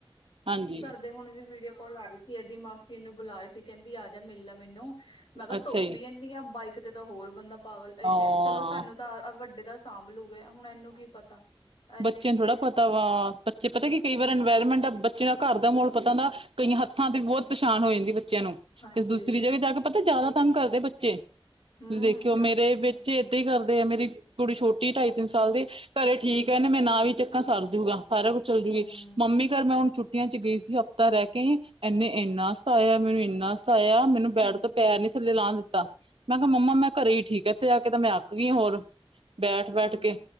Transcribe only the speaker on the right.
ਹਾਂਜੀ।
ਅੱਛਾ
ਜੀ
ਹਾਂ
ਬੱਚੇਆਂ
ਨੂੰ ਥੋੜ੍ਹਾ ਪਤਾ ਵਾ ਬੱਚੇ ਪਤਾ ਕੀ ਕਈ ਵੇਰਣ ਏਨਵਾਇਰਮੈਂਟ ਆ ਬੱਚੇ ਦਾ ਘਰ ਦਾ ਮਾਹੌਲ ਪਤਾ ਹੁੰਦਾਵਾ। ਕਈਆਂ ਹੱਥਾਂ ਤੇ ਬਹੋਤ ਪੇਛਾਨ ਹੋ ਜਾਂਦੀ ਬੱਚੇਆਂ ਨੂੰ।
ਕਿਸੇ ਦੂਸਰੀ ਜਗ੍ਹਾਹ ਜਾ ਕੇ ਪਤਾ ਜ਼ਿਆਦਾ ਤੰਗ ਕਰਦੇ ਬੱਚੇ, ਤੁਸੀਂ
ਦੇਖਿਓ
ਮੇਰੇ
ਵਿੱਚ ਕਰਦੇ ਆ, ਮੇਰੀ ਕੁੜੀ ਛੋਟੀ ਢਾਈ ਤਿੰਨ ਸਾਲ ਦੇ ਘਰੇ ਠੀਕ
ਏ। ਇਹਨੇ ਮੈਂ ਨਾ ਵੀ ਚੱਕਾਂ ਸਰਜੂਗਾ। ਸਾਰਾ ਕੁੱਝ ਚੱਲਦੀ
ਏ ਮੰਮੀ ਘਰ ਮੈਂ ਹੁਣ ਛੁੱਟੀ ਛੁੱਟੀਆਂ ਚ ਗਈ ਸੀ। ਹਫ਼ਤਾ ਰਹਿ ਕੇ ਆਈ ਆਂ ਇਹਨੇ ਇੰਨਾ ਸਤਾਇਆ ਮੈਨੂੰ ਇੰਨਾ ਸਤਾਇਆ ਮੈਨੂੰ ਬੈਡ
ਤੋਂ ਪੈਰ ਨੀ ਥੱਲੇ ਲਾਣ ਦਿੱਤਾ। ਮੈਂ ਕਿਹਾ ਮੰਮਾ ਮੈਂ ਘਰੇ ਹੀ ਠੀਕ ਆ ਇੱਥੇ ਆ ਕੇ ਤੇ ਮੈਂ ਆਖ ਗਈ ਹੋਰ। ਬੈਠ ਬੈਠ
ਕੇ